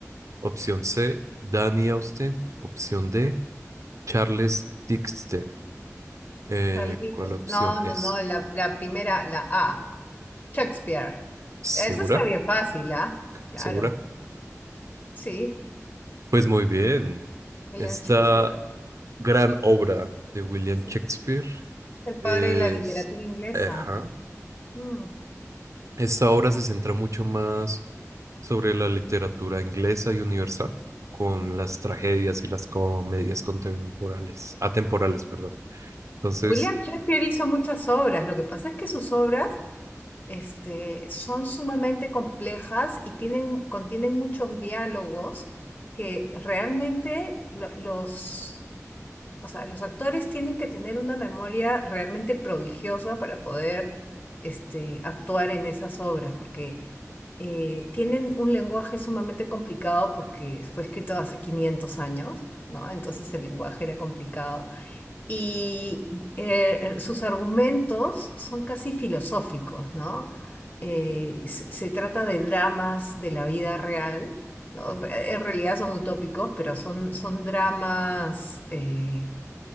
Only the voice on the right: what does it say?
Opción C, Danny Austin. Opción D, Charles Dixon. Eh,
¿cuál opción
es?
¿Segura?
¿Segura?
Pues muy bien.
Esta
gran obra de William
Shakespeare
es...
Ajá.
Esta obra se centra mucho más sobre la literatura inglesa y universal, con las tragedias y las comedias contemporales, atemporales, perdón. Entonces...